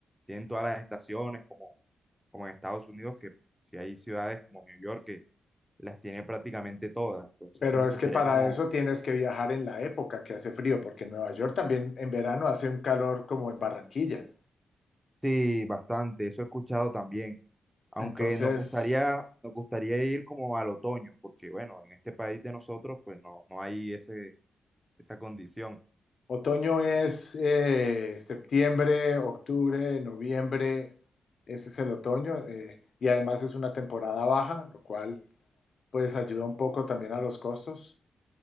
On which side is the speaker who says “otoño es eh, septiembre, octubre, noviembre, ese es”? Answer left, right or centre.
Left